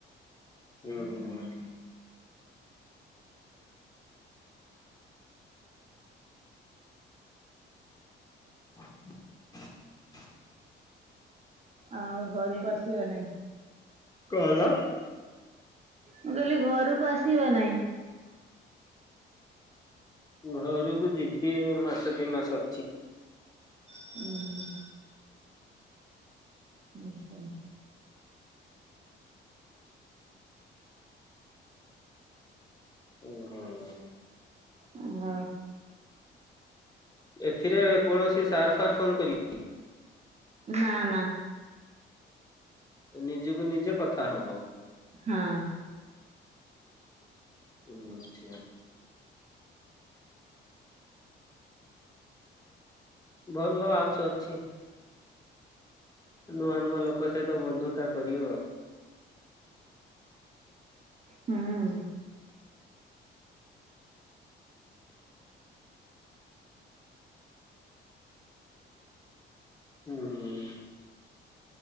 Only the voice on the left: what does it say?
ହୁଁ ହୁଁ। <inaudible>
କହିଲ <unintelligible>
ଘରକୁ ଯିବି ମାସ ଦି ମାସ ଅଛି।
ହୁଁ ହୁଁ।
ଏଥିରେ କୌଣସି ସାର୍ ଫାର୍ ଫୋନ କରି
ନିଜକୁ ନିଜେ କଥା ହବ।
ହୁଁ ଆଛା। ଭଲ ଆପସ ଅଛି। ନୂଆ ନୂଆ ଲୋକ ସହିତ ବନ୍ଧୁତା କରିବ।
ହୁଁ -ହୁଁ।